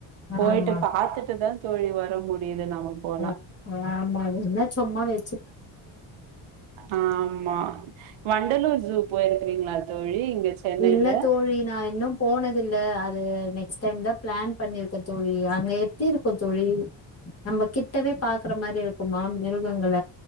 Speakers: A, on the right; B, on the left.
A: போயிட்டு
B: ஆமா
A: பாத்துட்டுதா தோழி வர முடி திது நம்ம போனா
B: அ ஆமா அது என்ன சும்மா வே
A: ஆ ஆமா வண்டலூர் ஜூ போய் ரிங்களா தோழி இங்க சென்னைல
B: இல்ல தோழி நா இன்னு போனதில்ல அது நெக்ஸ்ட் டைம் தா பிளான் பண்ணியிருக்க தோழி அங்க எப்டி இருக்கோ தோழி நம்ம கிட்டவே பாக்குற மாரி இருக்குமா மிருகங்கள